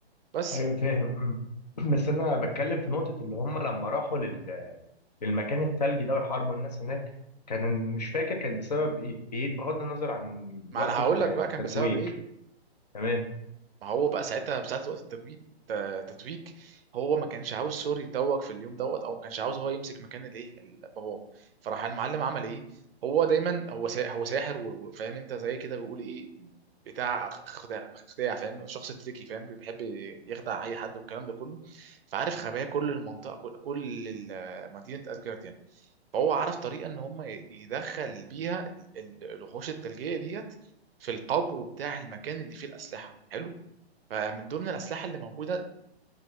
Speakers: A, on the right; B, on the left.
A: بس
B: ايوه فاهم مم. <clears throat> بس انا بتكلم في نقطه اللي هم لما راحوا لل... للمكان الثلجي ده وحاربوا الناس هناك كان مش فاكر كانت بسبب ايه بعيد بغض النظر عن
A: ما
B: وقت
A: انا هقول
B: الت...
A: لك
B: التتويج
A: بقى كان بسبب ايه
B: تمام
A: ما هو بقى ساعتها ساعة وقت التتويج التتويج هو ما كانش عاوز سوري يتوج في اليوم دوت او ما كانش عاوز هو يمسك مكان الايه ال- باباه فراح المعلم عمل ايه هو دايما هو سا... هو ساحر و- وفاهم انت زي كده بيقول ايه بتاع خداع خداع فاهم شخص تريكي فاهم بيحب يخدع اي حد والكلام ده كله فعارف خبايا كل المنطقه كل, كل ال- مدينه اسجارد يعني فهو عرف طريقه ان هم ي- يدخل بيها ال- ال- الوحوش الثلجيه ديت في القبو بتاع المكان اللي فيه الاسلحه حلو فمن ضمن الأسلحة اللي موجودة